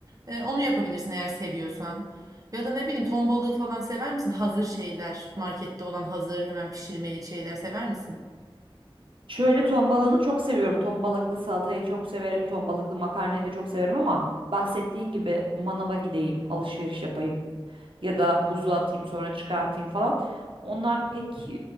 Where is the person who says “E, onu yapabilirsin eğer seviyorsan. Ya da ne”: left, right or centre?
Right